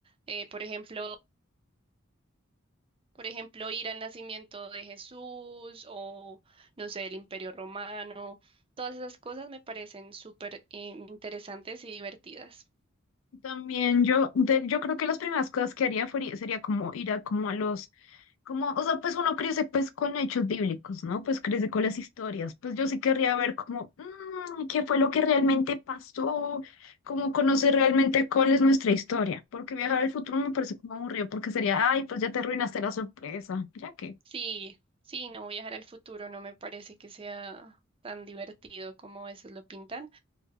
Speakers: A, on the right; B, on the left.
A: Eh, por ejemplo, Por ejemplo, ir al nacimiento de Jesús o, no sé, el Imperio Romano. Todas esas cosas me parecen súper eh, interesantes y divertidas.
B: También yo, de- yo creo que las primeras cosas que haría fueri- sería como ir a como a los, como, o sea, pues uno crece pues con hechos bíblicos, ¿no? Pues crece con las historias. Pues yo sí querría ver como, mm, qué fue lo que realmente pasó, como conocer realmente cuál es nuestra historia. Porque viajar al futuro me parece como aburrido, porque sería, ay, pues ya te arruinaste la sorpresa, ya que.
A: Sí, sí, no viajar al futuro no me parece que sea tan divertido como a veces lo pintan.